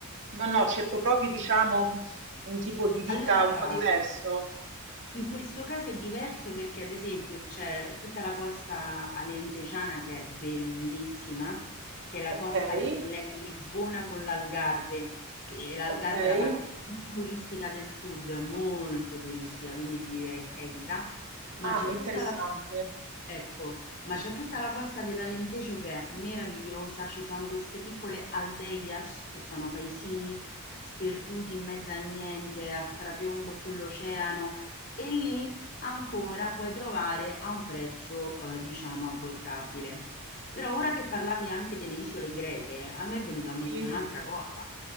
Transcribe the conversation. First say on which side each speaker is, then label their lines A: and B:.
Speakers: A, on the right; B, on the left.
A: no, no, cerco proprio diciamo, mhmm, un tipo di vita
B: allora
A: un
B: guarda.
A: po' diverso.
B: In questo caso è diverso perché ad esempio c'è tutta la costa alentejana che è bellissima, che è la costa
A: Okay,
B: che collega Lisbona con l'Algarve, che l'Algarve
A: okay.
B: è la parte più turistica del sud, molto turistica, quindi ti direi evita, ma
A: Ah,
B: c'è
A: interessante.
B: tutta la Ecco, ma c'è tutta la costa dell'Alentejo che è meravigliosa, ci sono queste piccole aldeias che sono paesini sperduti in mezzo al niente, a strapiombo sull'oceano, e lì ancora puoi trovare a un prezzo eh, diciamo abbordabile. Però ora che parlavi anche delle isole greche, a me è venuta in mente
A: Sì.
B: un'altra cosa.